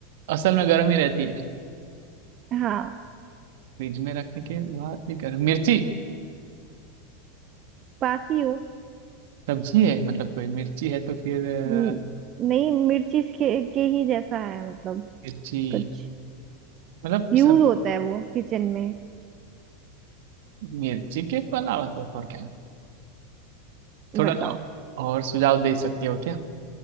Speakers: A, on the right; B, on the right.
A: असल में गर्म ही रहती है
B: हाँ
A: फ्रिज में रखने के बाद भी गर्म मिर्ची
B: पास ही हो
A: सब्जी है मतलब कोई मिर्ची है तो फिर अ,
B: न- नहीं मिर्ची के, के ही जैसा है मतलब
A: मिर्ची
B: कुछ
A: मतलब सब
B: यूज होता है वो किचन में
A: मिर्ची के तो अलावा तो और क्या
B: बताओ
A: थोड़ा तो और सुझाव दे सकती हो क्या